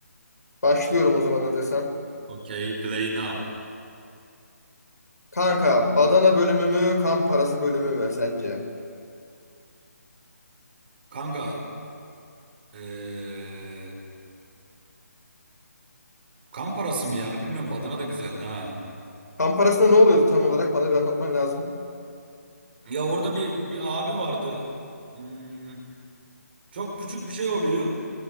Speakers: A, on the left; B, on the right.
A: Başlıyorum o zaman hazırsan.
B: Okay play now.
A: Kanka badana bölümü mü kan parası bölümü mü sence?
B: Kanka eee, kan parası mı ya? Bilmiyorum badana da güzeldi ha.
A: Kan parasında ne oluyordu tam olarak? Bana bir anlatman lazım.
B: Ya orada bir, bir abi vardı. Hmm, çok küçük bir şey oluyor.